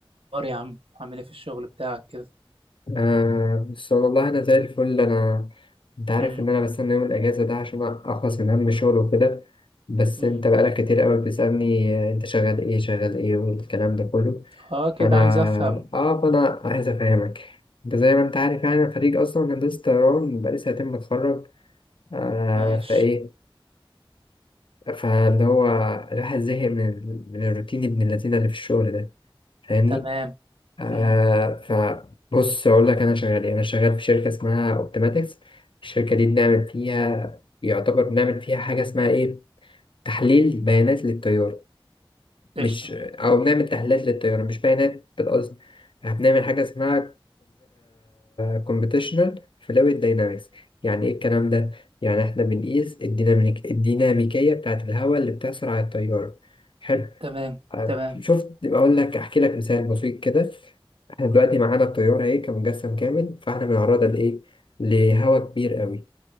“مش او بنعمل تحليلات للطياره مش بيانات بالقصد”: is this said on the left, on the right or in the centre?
Left